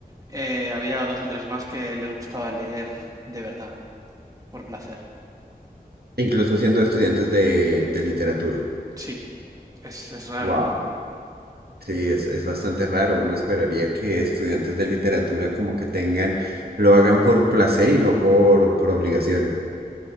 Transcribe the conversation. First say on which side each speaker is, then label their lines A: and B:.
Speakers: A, on the right (about 20°); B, on the right (about 80°).
A: eh, había dos o tres más que les gustaba leer de verdad. Por placer.
B: Incluso siendo estudiantes de, de literatura.
A: Sí, es, es raro,
B: Wow.
A: ¿no?
B: Sí, es, es bastante raro. Uno esperaría que estudiantes de literatura como que tengan, lo hagan por placer y no por, por obligación.